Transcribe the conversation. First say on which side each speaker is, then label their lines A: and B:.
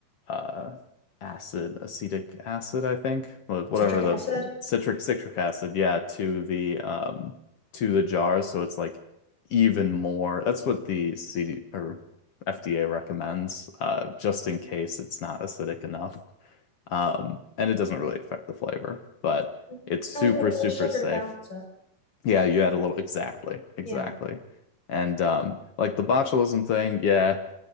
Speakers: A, on the left; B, on the left.
A: uh acid, acetic acid, I think, wha- whatever
B: Citric
A: the
B: acid.
A: citric citric acid, yeah, to the um to the jars, so it's like even more. That's what the CD or FDA recommends, uh, just in case it's not acidic enough. Um, and it doesn't really affect the flavor, but
B: You
A: it's
B: can
A: super,
B: always add a little
A: super
B: sugar
A: safe.
B: to balance it.
A: Yeah, you had a little exactly, exactly.
B: Yeah.
A: And um like the botulism thing, yeah,